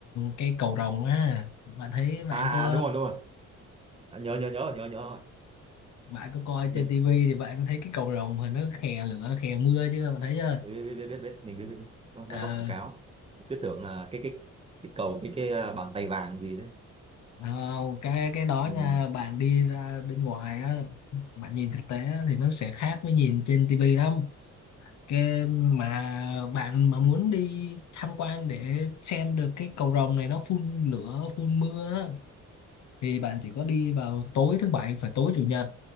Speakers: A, on the left (about 65°); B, on the right (about 20°).
A: cái cầu rồng á bạn thấy bạn
B: à
A: có
B: à, đúng rồi đúng rồi à, nhớ nhớ nhớ nhớ nhớ rồi.
A: bạn có coi
B: mình
A: trên tivi thì bạn có thấy cái cầu rồng thì nó khè lửa khè mưa chưa bạn thấy chưa
B: biết biết biết biết biết biết. mình biết, biết. Nó, nó
A: ờ
B: có quảng cáo cứ tưởng là cái cái cái cầu với cái à, bàn tay vàng gì đấy
A: không, cái cái đó
B: ừ.
A: nha bạn đi ra bên ngoài á bạn nhìn thực tế á, thì nó sẽ khác với nhìn trên tivi lắm cái mà bạn mà muốn đi tham quan để xem được cái cầu rồng này nó phun lửa phun mưa á, thì bạn chỉ có đi vào tối thứ bảy và tối chủ nhật